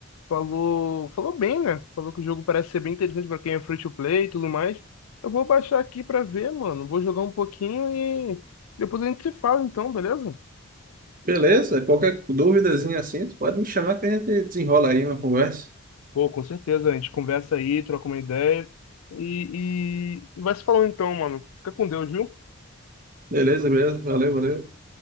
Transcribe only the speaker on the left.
falou, falou bem, né? Falou que o jogo parece ser bem interessante pra quem é free to play e tudo mais. Eu vou baixar aqui pra ver, mano. Vou jogar um pouquinho e depois a gente se fala, então, beleza?
Pô, com certeza, a gente conversa aí, troca uma ideia e, e, e vai se falando então, mano. Fica com Deus, viu?